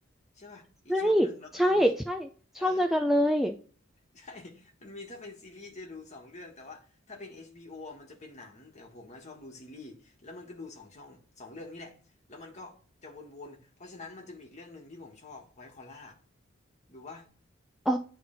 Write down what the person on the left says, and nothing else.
ใช่ป่ะอีกช่องหนึ่งแล้วก็จะมี
เออ ใช่มันมีถ้าเป็นซีรีส์จะดูสองเรื่องแต่ว่าถ้าเป็น HBO อชบีโออ่ะมันจะเป็นหนังแต่ผมก็ชอบดูซีรีส์แล้วมันก็ดูสองช่องสองเรื่องนี่แหละแล้วมันก็จะวนๆเพราะฉะนั้นมันจะมีอีกเรื่องหนึ่งที่ผมชอบไวท์คอลล่าดูปะ